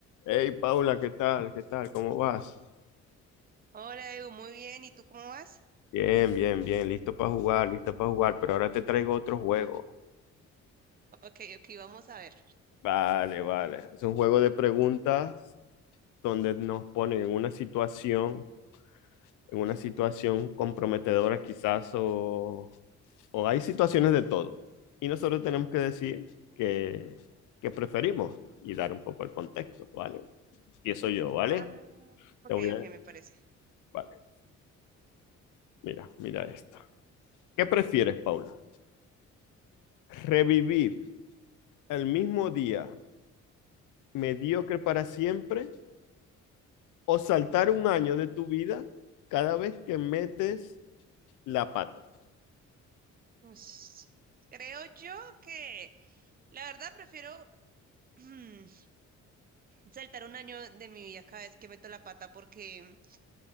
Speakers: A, on the left; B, on the right.
A: Hey Paula, ¿qué tal? ¿Qué tal? ¿Cómo vas?
B: Hola Edu, muy bien. ¿Y tú cómo vas?
A: Bien, bien, bien, listo para jugar, listo para jugar, pero ahora te traigo otro juego.
B: Ok, ok, vamos a ver.
A: Vale, vale. Es un juego de preguntas donde nos ponen en una situación, en una situación comprometedora quizás, o, o hay situaciones de todo. Y nosotros tenemos que decir que, que preferimos y dar un poco el contexto, ¿vale? Empiezo yo, ¿vale?
B: Ah, ok,
A: Te voy a...
B: ok, me parece.
A: Vale, mira, mira esto. ¿Qué prefieres, Paula? ¿Revivir el mismo día mediocre para siempre o saltar un año de tu vida cada vez que metes la pata.
B: Ush. creo yo que la verdad prefiero <clears throat> mm, saltar un año de mi vida cada vez que meto la pata porque,